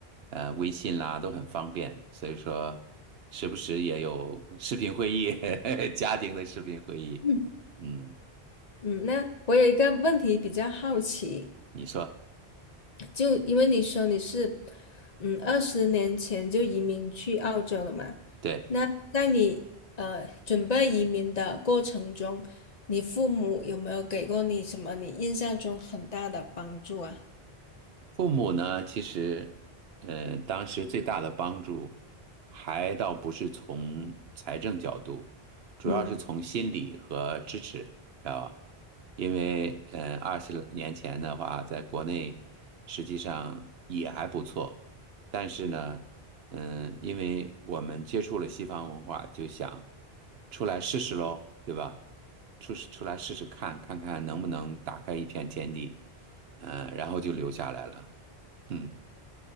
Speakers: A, on the right; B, on the left.
A: 呃，微信啦都很方便，所以说时不时也有视频会议，<laughs> 家庭的视频会议，
B: 嗯
A: 嗯，
B: 嗯，那我有一个问题比较好奇，
A: 你说，
B: 就因为你说你是嗯二十年前就移民去澳洲了嘛，
A: 对。
B: 那在你呃准备移民的过程中，你父母有没有给过你什么你印象中很大的帮助啊？
A: 父母呢，其实，嗯，当时最大的帮助，还倒不是从财政角度，主要是从心理和支持，
B: 嗯，
A: 知道吧？因为，嗯，二十年前的话，在国内实际上也还不错，但是呢，嗯，因为我们接触了西方文化，就想出来试试喽，对吧？出出来试试看，看看能不能打开一片天地，嗯，然后就留下来了。嗯，